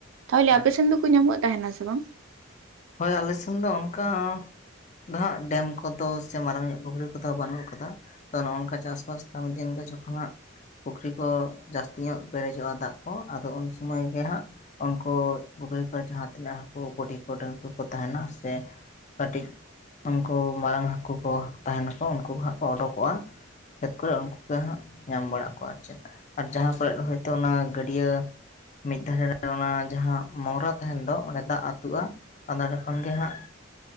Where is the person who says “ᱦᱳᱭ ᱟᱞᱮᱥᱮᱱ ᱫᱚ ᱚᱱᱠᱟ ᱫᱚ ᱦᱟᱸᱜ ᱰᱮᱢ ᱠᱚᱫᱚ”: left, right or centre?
Left